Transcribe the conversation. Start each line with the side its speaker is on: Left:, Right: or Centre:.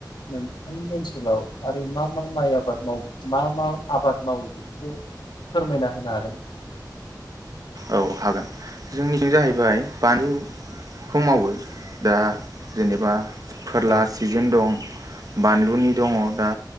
Left: नोंथांनि ओनसोलाव आरो मा मा माइ आबाद मावो मा मा आबाद मावो बेफोरखौ फोरमायना होनो हागोन।
Right: औ हागोन जोंनिजों जाहैबाय बानलु खौ मावो। दा जेनेबा फोरला
Left: औ
Right: सिजिन दं बानलुनि दङ दा